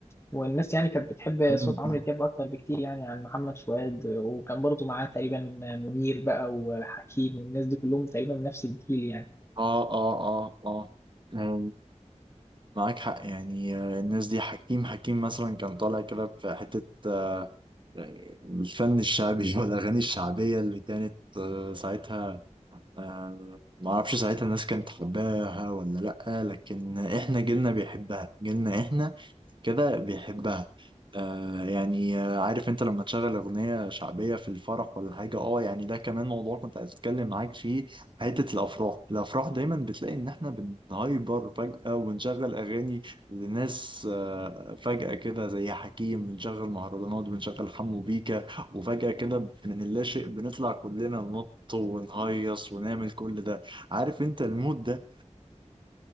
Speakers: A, on the left (about 20°); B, on the right (about 40°).
A: والناس يعني كانت بتحب
B: مم،
A: صوت عمرو
B: مم.
A: دياب اكتر بكتير يعني عن محمد فؤاد وكان برضه معاه تقريبا منير بقى وحكيم والناس دي كلهم تقريبا من نفس الجيل يعني
B: اه اه اه اه مم، معاك حق يعني آه، الناس دي حكيم حكيم مثلا كان طالع كده في حتة آه، الفن الشعبي <laughs> والأغاني الشعبية اللي كانت آه، ساعتها آه، ما اعرفش ساعتها الناس كانت حباها ولا لأ لكن احنا جيلنا بيحبها جيلنا احنا كده بيحبها آه يعني آه عارف انت لما تشغل اغنية شعبية في الفرح ولا حاجة اه يعني ده كمان موضوع كنت عايز اتكلم معاك فيه حتة الافراح الافراح دايما بتلاقي ان احنا بنهايبر فجأة ونشغل اغاني لناس آه فجأة كده زي حكيم بنشغل مهرجانات بنشغل حمو بيكا وفجأة كده من اللا شيء بنطلع كلنا ننط ونهيص ونعمل كل ده عارف انت المود ده